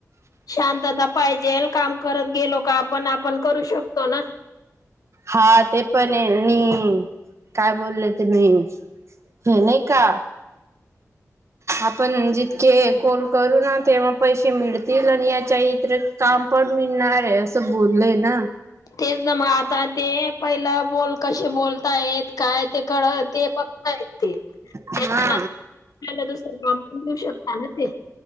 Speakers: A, on the left; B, on the right.
A: शांतता पाहिजेल काम करत गेलो का आपण, आपण करू शकतो ना
B: हा ते पण आहे आणि काय बोल्ले तुम्ही? हे नाही का आपण जितके कॉल करू ना तेव्हा पैसे मिळतील आणि याच्या इतीरीक काम पण मिळणारे असं बोलले ना
A: तेच ना मग, आता ते पयलं बोल कशे बोल तायेत काय ते कळ, ते बघता येत ते, त्याच्यानंन
B: हा.
A: केल्यानुसार काम पण देऊ शकता ना ते